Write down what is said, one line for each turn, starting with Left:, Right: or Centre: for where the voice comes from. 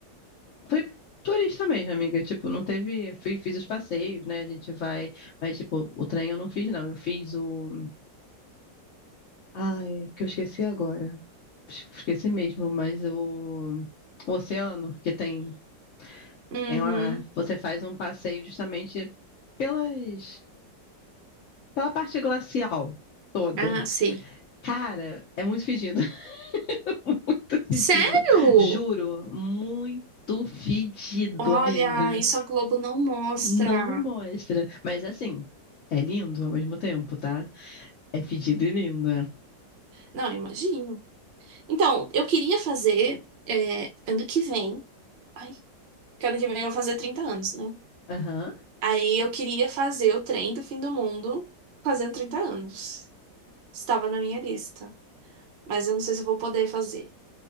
Left: fui turista mesmo, amiga, tipo, não teve, fui fiz os passeios, né? A gente vai, mas tipo, o trem eu não fiz não, eu fiz o ai, que eu esqueci agora. Esqueci mesmo, mas o o oceano que tem
Right: Uhum.
Left: Tem lá, você faz um passeio justamente pelas, pela parte glacial toda.
Right: Ah, sei.
Left: Cara, é muito fedido, <laughs> muito fedido.
Right: Sério?
Left: Juro, muito fedido,
Right: Olha,
Left: amiga.
Right: isso a Globo não mostra.
Left: Não mostra. Mas assim, é lindo ao mesmo tempo, tá? É fedido e lindo.
Right: Não, imagino. Então, eu queria fazer é, ano que vem. Ai, que ano que vem eu vou fazer 30 anos, né?
Left: Aham,
Right: Aí eu queria fazer o trem do fim do mundo fazendo 30 anos. Estava na minha lista, mas eu não sei se eu vou poder fazer.